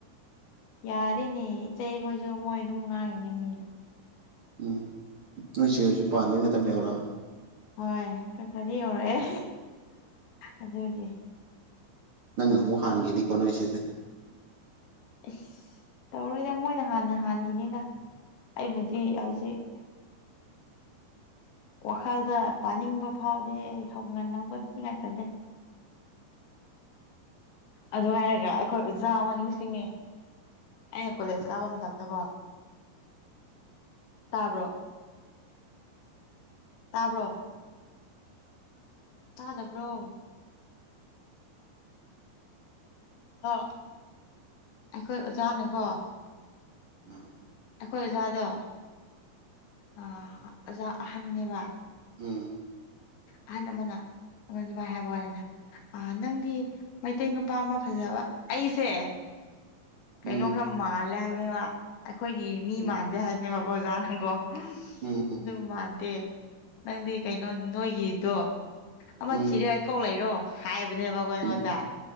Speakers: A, on the left (about 75°); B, on the right (about 35°).
A: ꯌꯥꯔꯦꯅꯦ ꯏꯆꯦꯈꯣꯏꯁꯨ ꯃꯣꯏ ꯑꯗꯨꯝ ꯉꯥꯡꯉꯤꯅꯦ ꯃꯤꯅ
B: ꯎꯝ ꯅꯣꯏꯁꯦ ꯍꯧꯖꯤꯛ ꯄꯥꯟꯕꯩ ꯃꯇꯝ ꯌꯧꯔꯛꯑꯕ
A: ꯍꯣꯏ ꯈꯔ ꯈꯔꯗꯤ ꯌꯧꯔꯛꯑꯦ ꯑꯗꯨꯒꯤ
B: ꯅꯪ ꯑꯃꯨꯛ ꯍꯥꯟꯈꯤꯅꯤꯀꯣ ꯅꯣꯏꯁꯤꯗ
A: ꯑꯁ ꯇꯧꯔꯣꯏꯗ ꯃꯣꯏꯅ ꯍꯥꯟꯅ ꯍꯥꯟꯈꯤꯅꯤꯅ ꯑꯩꯕꯨꯗꯤ ꯍꯧꯖꯤꯛ ꯋꯥꯈꯜꯗ ꯄꯥꯅꯤꯡꯕ ꯐꯥꯎꯗꯦ ꯍꯧ ꯉꯟꯅ ꯍꯧꯒꯠꯅꯤꯉꯥꯏꯇꯜꯂꯦ ꯑꯗꯨ ꯍꯥꯏꯔꯒ ꯑꯩꯈꯣꯏ ꯑꯣꯖꯥ ꯑꯃ ꯅꯤꯡꯁꯤꯡꯉꯦ ꯑꯩꯅ ꯀꯣꯂꯦꯖ ꯀꯥꯕ ꯃꯇꯝꯗꯀꯣ ꯇꯥꯕ꯭ꯔꯣ ꯇꯥꯕ꯭ꯔꯣ ꯇꯥꯗꯕ꯭ꯔꯣ ꯍꯜꯂꯣ ꯑꯩꯈꯣꯏ ꯑꯣꯖꯥꯅꯀꯣ
B: ꯑ
A: ꯈꯣꯏꯖꯥꯗꯣ ꯑ ꯑꯣꯖꯥ ꯑꯍꯟꯅꯅꯦꯕ
B: ꯎꯝ
A: ꯑꯍꯟ ꯑꯃꯅ ꯃ ꯃꯥ ꯍꯦꯕꯅꯤꯗ ꯑ ꯅꯪꯗꯤ ꯃꯩꯇꯩ ꯅꯨꯄꯥ ꯑꯃ ꯐꯖꯕ ꯑꯩꯁꯦ ꯀꯩꯅꯣ
B: ꯎꯝ
A: ꯈꯔ ꯃꯥꯜꯂꯦ ꯍꯥꯏꯕꯅꯦꯕ ꯑꯩꯈꯣꯏꯒꯤ ꯃꯤ
B: ꯎꯝ
A: ꯃꯥꯟꯗꯦ ꯍꯥꯏꯕꯅꯦꯕꯀꯣ ꯑꯣꯖꯥꯅꯀꯣ
B: ꯎꯝ ꯎꯝ
A: ꯑꯗꯨꯝ ꯃꯥꯟꯗꯦ ꯅꯪꯗꯤ ꯀꯩꯅꯣ ꯅꯣꯏꯒꯤꯗꯣ ꯑꯃ
B: ꯎꯝ
A: ꯊꯤꯔꯦ ꯑꯩ ꯀꯧ ꯂꯩꯔꯣ ꯍꯥꯏꯕꯅꯦꯕꯀꯣ ꯑꯩꯉꯣꯟꯗ
B: ꯎꯝ